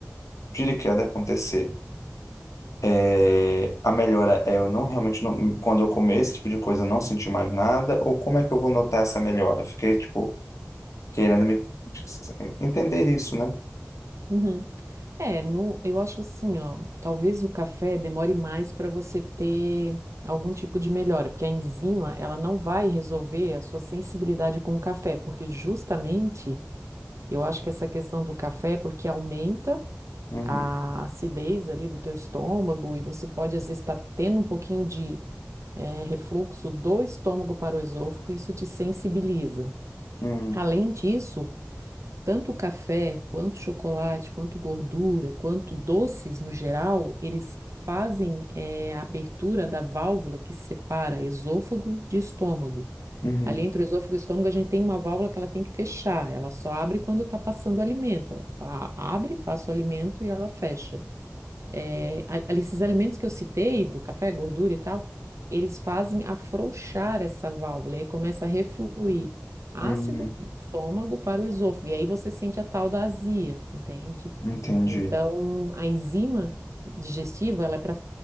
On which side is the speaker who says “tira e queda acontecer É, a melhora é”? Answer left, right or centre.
Left